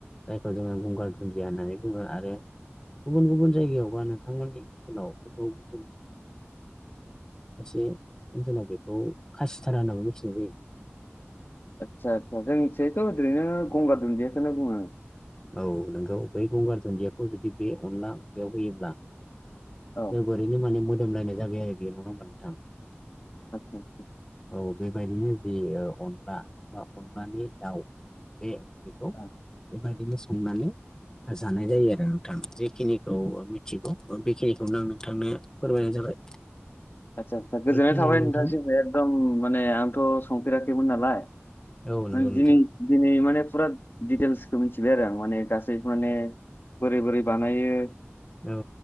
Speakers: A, on the left; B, on the left.
A: जायखौ जोङो गंगार दुन्दिया होननानै बुङो आरो गुबुन गुबुन जायगायावबा नोंथांमोननि ओनसोलाव गुबुन गुबुन एसे जोंनाव बेखौ खासिधारा होननानैबो मिथिनाय जायो।
B: आदसा आदसा जोंनिथिजायथ' ओरैनो गंगार दुन्दियाखौनो बुङो
A: औ नोंगौ बै गंगार धुन्दियाखौ जुदि बे अनला ओंख्रियाव होयोब्ला
B: औ
A: जोबोरैनो माने मोदोमलायनाय जाबाय आरो बे नङा होमबा नोंथां?
B: आतसा आतसा
A: औ बेबायदिनो जि अनला बा अनलानि दाउ बे बेखौ
B: आदसा
A: बेबायदिनो संनानै जानाय जायो आरो नोंथां जेखिनिखौ मिथिगौ बेखिनिखौनो आं नोंथांनो फोरमायनाय जाबाय।
B: आदसा आदसा गोजोननाय
A: बेखिनियानो
B: थाबाय
A: नोंथां
B: नोंथांसिम एकदम माने आंथ' संफेराखैमोन नालाय।
A: औ
B: माने
A: नंगौ नोंथां
B: दिनै दिनै माने फुरा दिटेल्सखौ मिथिबाय आरो आं माने गासै माने बोरै बोरै बानायो
A: औ